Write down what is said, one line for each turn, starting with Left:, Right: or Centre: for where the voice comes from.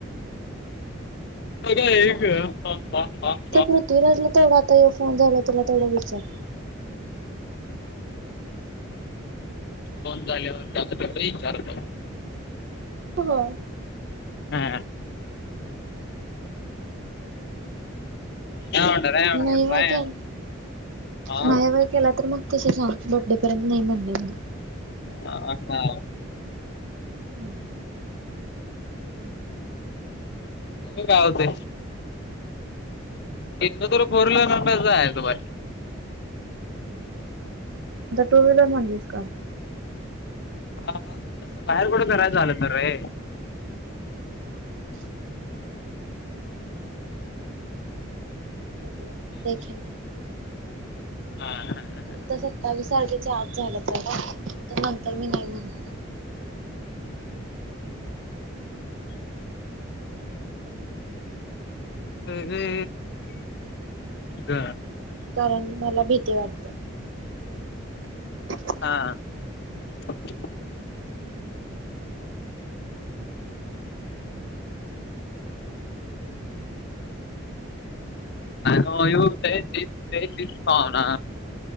Left: एकग पा
Right: ते पृथ्वीराजला तेथोढं आता येऊ फोन झाला तुला तेवडं विचार
Left: फोन झाल्यावर त्या त्या विचारतो
Right: हो हो
Left: हा हट रट
Right: नाही
Left: हा
Right: वय के नाही केला तर मग तसंच बड्डे पर्यंत नाही म्हणलं
Left: हा का
Right: हम्म
Left: काय होते इ तरी परलाणार म
Right: आता टू व्हीलर म्हणलीस का
Left: हा हा तसं बाहेर कडून करायचं झालं तर रे
Right: हां बघूया देखेगे
Left: हा हा ह
Right: आता सत्तावीस तारखेच आज झालंच आहे का नंतर मी नाही म्हणार
Left: रे ग
Right: कारण मला भीती वाटत ह
Left: हा वस हो <inaudible> अू तेस तेस पावना